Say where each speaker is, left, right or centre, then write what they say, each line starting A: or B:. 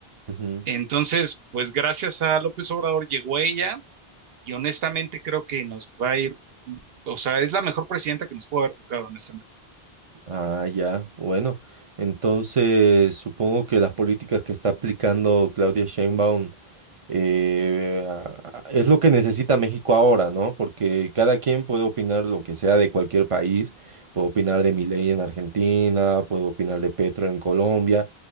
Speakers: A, on the right; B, on the right.
A: Ujú.
B: Entonces, pues gracias a López Obrador llegó ella y honestamente creo que nos va a ir, o sea, es la mejor presidenta que nos pudo haber tocado, honestamente.
A: Ah, ya, bueno. Entonces, supongo que las políticas que está aplicando Claudia Sheinbaum eh, a- a- es lo que necesita México ahora, ¿no? Porque cada quien puede opinar lo que sea de cualquier país, puedo opinar de Milei en Argentina, puedo opinar de Petro en Colombia,